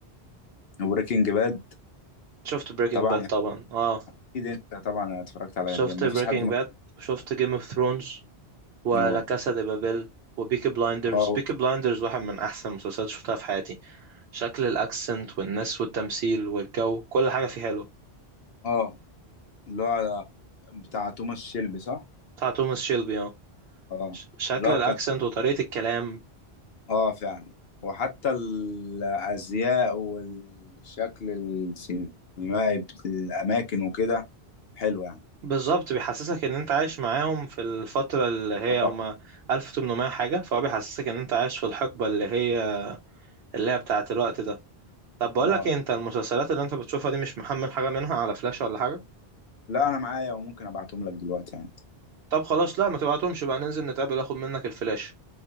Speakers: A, on the left; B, on the right.
A: وبريكنج باد
B: شفت بريكنج
A: طبعا
B: باد طبعا اه
A: اكيد انت طبعا اتفرجت على
B: شفت
A: ما
B: بريكنج
A: فيش حد ما
B: باد وشفت جيم اوف ثرونز ولا
A: اه
B: كاسا دي بابيل وبيكي بلايندرز
A: اه
B: بيكي بلايندرز واحد من احسن المسلسلات شفتها في حياتي شكل الاكسنت والناس والتمثيل والجو كل حاجه فيه حلو
A: آه. اللي هو بتاع توماس شيلبي صح؟
B: بتاع توماس شيلبي اه
A: اه
B: ش- شكل
A: اللي هو
B: الاكسنت
A: كان
B: وطريقه الكلام
A: اه فعلا وحتى الازياء والشكل السينمائي بت- الاماكن وكده حلو يعني
B: بالظبط بيحسسك ان انت عايش معاهم في الفتره اللي هي
A: اه
B: هما 1800 حاجه فهو بيحسسك ان انت عايش في الحقبه اللي هي اللي هي بتاعه الوقت ده طب بقول
A: اه
B: لك إيه، انت المسلسلات اللي انت بتشوفها دي مش محمل حاجه منها على فلاش ولا حاجه
A: لا انا معايا وممكن ابعتهم لك دلوقتي عادي
B: طب خلاص لا ما تبعتهمش بقى ننزل نتقابل اخد منك الفلاش